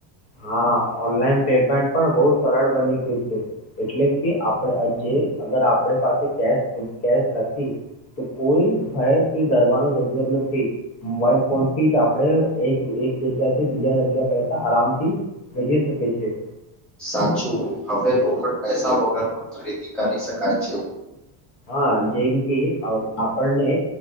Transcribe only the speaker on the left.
હા ઓનલાઈન પેમેન્ટ પણ બહુ સરળ બની ગયું છે. એટલે કે આપડ અ જે અગર આપ આપણ પાસે કેશ અ કેશ નથી તો કોઈ ભય કે ડરવાનો જરૂરત નથી. મોબાઈલ ફોનથી જ આપણે એક એક જગ્યાથી બીજા જગ્યા પૈસા આરામથી ભેજી શકીએ છે.
હા જેમ કે અ આપણને